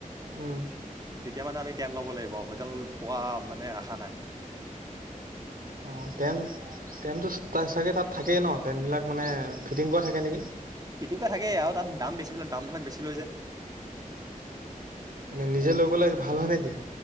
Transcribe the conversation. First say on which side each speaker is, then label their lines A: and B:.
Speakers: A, on the right (about 80°); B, on the right (about 25°).
A: উম।
B: তেতিয়া মানে আমি টেন ল'ব লাগিব, হোটেল পোৱা মানে আশা নাই।
A: অ টেন টেনটো তাছ চাগে তাত থাকেই ন, টেনটবিলাক মানে ফিটিং কৰা থাকে নেকি?
B: ফিটিং কৰা থাকেই আৰু তাত দাম বেছি লৈ দামবিলাক বেছি লৈ যায়।
A: এনে নিজে লৈ গলে ভাল হয় নেকি?